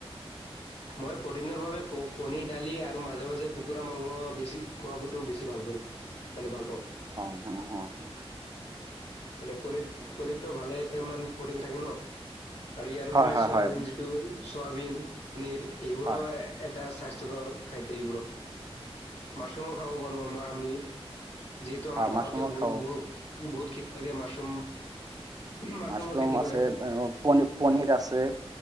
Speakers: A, on the left; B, on the right.
A: মই প্ৰটিনৰ বাবে ক-কণী দালি আৰু মাজে মাজে কুকুৰা মাংস বেছি খোৱাবতো বেছি ভাল কৰো মানে ভাল পাওঁ।
B: অ' অ' অ' অ'।
A: মানে কণীৰ কণিতটো ভালে মান প্ৰটিন থাকে ন'। আৰু ইয়াৰ উপৰি
B: হয় হয়
A: চয়াবিন
B: হয়
A: যিটো চয়াবিন পনীৰ এইবোৰো
B: হয়
A: ৰ এটা স্বাস্থ ঘৰ খাই এইবোৰ, মাছৰুমো খাব পাৰো আমাৰ আমি। যিহেতু আাৰ
B: হয় মাছৰুমৰ
A: গাঁৱতে বহুত
B: খাওঁ
A: বু-বহুত খেতিয়কে মাছৰুম মাছৰুমৰ
B: মাছৰুম
A: খেতি
B: আছে
A: কৰে
B: পন-পনীৰ আছে।